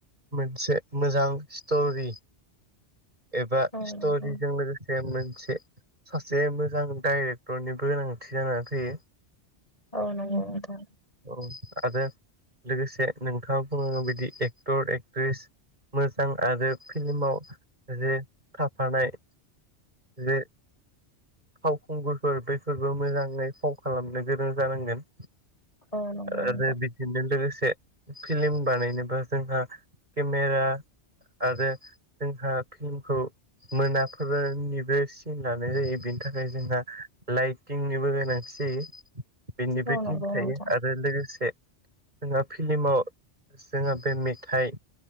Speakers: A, on the right; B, on the left.
A: मोनसे मोजां स्ट'रि एबा
B: औ
A: स्ट'रिजों
B: नंगौ
A: लोगोसे मोनसे सासे मोजां डाइरेक्टरनि गोनांथि जानानै फैयो।
B: औ नंगौ नोंथां।
A: औ आरो लोगोसे नोंथाङा बुंनांगौ बिदि एक्टर एक्ट्रिस मोजां आरो फिल्माव जे थाफानाय। जे फावखुंगुरफोर बेफोरबो मोजाङै फाव खालामनो गोरों जानांगोन।
B: औ नंगौ
A: आरो
B: नोंथां
A: बिदिजों लोगोसे फिल्म बानायनोबा जोंहा केमेरा आरो जोंहा फिल्मखौ मोना फोरनिबो सिन लानाय जायो बेनि थाखाय जोंहा लाइटिंनिबो गोनांथि जि बेनिबो
B: औ नंगौ
A: टिम थायो।
B: नोंथां
A: आरो लोगोसे जोंहा फिल्माव जोंहा बे मेथाइ